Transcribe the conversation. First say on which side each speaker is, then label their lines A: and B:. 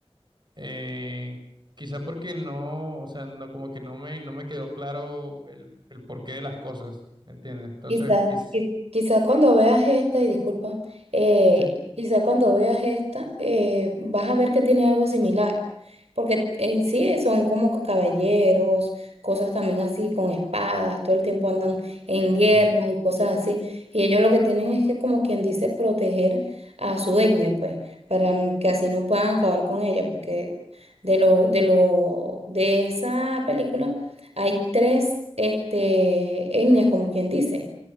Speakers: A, on the right; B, on the right.
A: eh, quizá porque no, o sea, no como que no me, no me quedó claro el, el porqué de las cosas, ¿me ¿entiendes? Entonces,
B: Quizás,
A: quiz-
B: quizás cuando veas esta, y disculpa, eh,
A: sí,
B: quizás cuando veas esta, eh, vas a ver que tiene algo similar, porque en sí son como que caballeros, cosas también así con espadas, todo el tiempo andan en guerra
A: sí,
B: y cosas así, y ellos lo que tienen es que como quien dice proteger a su etnia, pues, para que así no puedan acabar con ella, porque de lo, de lo, de esa película hay tres, este, etnias, como quien dice.